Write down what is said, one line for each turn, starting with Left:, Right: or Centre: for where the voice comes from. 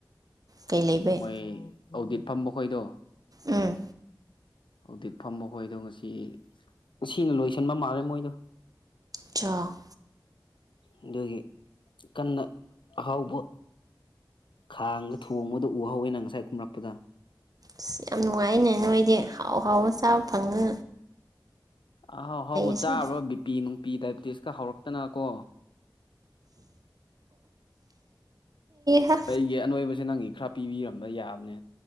Right: ꯀꯩ ꯂꯩꯕꯩ
Left: ꯃꯣꯏ ꯑꯗꯤꯠ ꯐꯝꯕ ꯈꯣꯏꯗꯣ
Right: ꯎꯝ
Left: ꯍꯧꯖꯤꯛ ꯐꯝꯕꯈꯣꯏꯗꯣ ꯉꯁꯤꯁꯤꯅ ꯂꯣꯏꯁꯟꯕ ꯃꯥꯜꯂꯦ ꯃꯣꯏꯗꯣ
Right: ꯆꯥꯎ
Left: ꯑꯗꯨꯒꯤ ꯀꯟꯅ ꯑꯍꯥꯎꯕ ꯈꯥꯡꯗ ꯊꯣꯡꯕꯗ ꯎꯍꯧꯋꯦꯅ ꯉꯁꯥꯏ ꯀꯨꯝꯔꯛꯄꯗ
Right: ꯑꯁ ꯌꯥꯝ ꯅꯨꯡꯉꯥꯏꯅꯦ ꯅꯣꯏꯗꯤ ꯑꯥꯎ ꯍꯥꯎ ꯆꯥꯕ ꯐꯪꯅ
Left: ꯑꯍꯥꯎꯍꯥꯎ
Right: ꯁꯅ
Left: ꯆꯥꯔꯕ꯭ꯔꯥ ꯕꯤꯄꯤ ꯅꯨꯡꯄꯤ ꯗꯥꯏꯕꯤꯇꯤꯁꯀ ꯍꯧꯔꯛꯇꯅ ꯀꯣ
Right: ꯍꯍ
Left: ꯑꯩꯒꯤ ꯑꯅꯣꯏꯕꯁꯦ ꯅꯪꯒꯤ ꯈꯔ ꯄꯤꯕꯤꯔꯝꯕ ꯌꯥꯕꯅꯦ